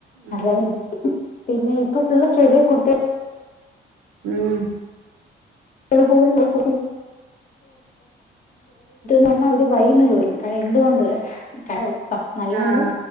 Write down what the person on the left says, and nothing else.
<unintelligible> പിന്നെ ഇപ്പതുള്ള ചെറിയ കുട്ടിക
<unintelligible> പോവരുത് പറഞ്ഞാൽ അവര് വൈന്ന് ചോദിക്കും കാരണം എന്തുകൊണ്ട് പ നല്ല നമ്മള്